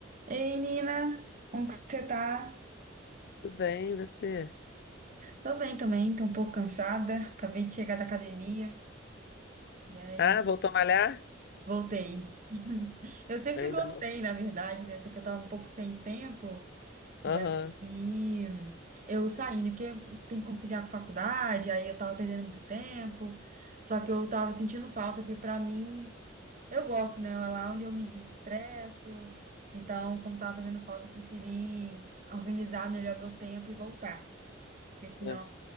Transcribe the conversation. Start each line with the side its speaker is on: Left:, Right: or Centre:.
Right: Ei, Nina, como que você tá?
Left: Tudo bem, e você?
Right: Tô bem também, tô um pouco cansada. Acabei de chegar da academia e aí
Left: Ah, voltou a malhar?
Right: voltei. Eu sempre
Left: Ainda
Right: gostei,
Left: não.
Right: na verdade, né? Só que eu tava um pouco sem tempo e
Left: Aham.
Right: aí eu saí, né? Porque tem que conciliar com a faculdade, aí eu tava perdendo muito tempo. Só que eu tava sentindo falta, que pra mim, eu gosto, né? É lá onde eu me desestresso. Então, como tava fazendo falta, eu preferi organizar melhor meu tempo e voltar. Porque senão
Left: é.